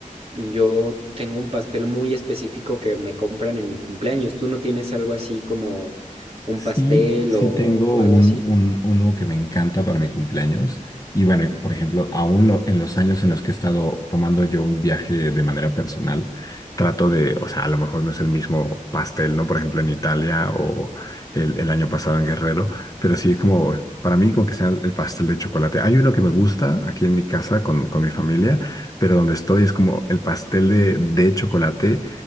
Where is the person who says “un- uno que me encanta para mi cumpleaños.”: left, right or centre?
Left